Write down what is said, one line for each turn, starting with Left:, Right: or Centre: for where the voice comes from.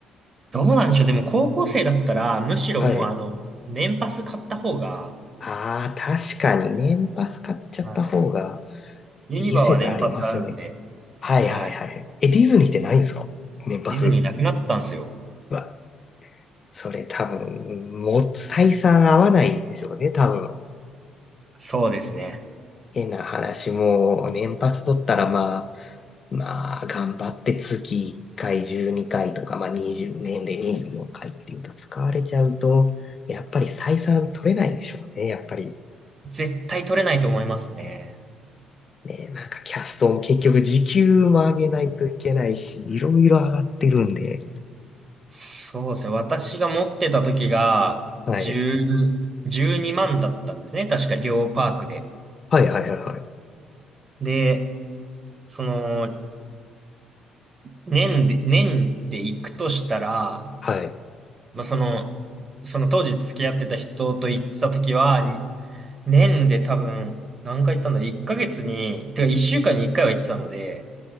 Right: どうなんでしょう。でも高校生だったら、むしろもうあの、
Left: はい。
Right: 年パス買った方が、
Left: ああ、確かに年パス買っちゃった方が
Right: はい。ユニバは年パスあるんで、
Left: いい説ありますね。はいはいはい。
Right: はい。
Left: え、ディズニーってないんですか年パス。
Right: ディズニーなくなったんですよ。
Left: うわ、それ多分、もう採算合わないんでしょうね、多分。
Right: そうですね。
Left: 変な話も、年パス取ったらまあ、まあ、頑張って月1回12回とか、まあ20年で24回っていうと使われちゃうと、やっぱり採算取れないでしょうね、やっぱり。
Right: 絶対取れないと思いますね。
Left: ね、なんかキャストも結局時給も上げないといけないし、いろいろ上がってるんで。
Right: そうですね。私が持ってた時が、
Left: はい。
Right: 10、12万だったんですね。確か、両パークで。
Left: はいはいはいはい。
Right: で、その、年で、年で行くとしたら、
Left: はい。
Right: まあ、その、その当時付き合ってた人と行ってた時は、に年で多分、何回行ったんだ ?1 ヶ月に、てか1週間に1回は行ってたので、